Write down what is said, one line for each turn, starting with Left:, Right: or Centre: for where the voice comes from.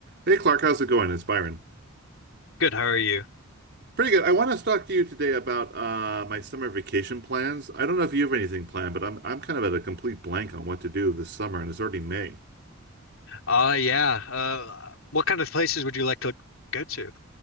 Right: Hey Clark, how's it going? It's Byron.
Left: Good, how are you?
Right: Pretty good. I want to talk to you today about uh, my summer vacation plans. I don't know if you have anything planned, but I'm I'm kind of at a complete blank on what to do this summer, and it's already May.
Left: Uh yeah. Uh what kind of places would you like to go to?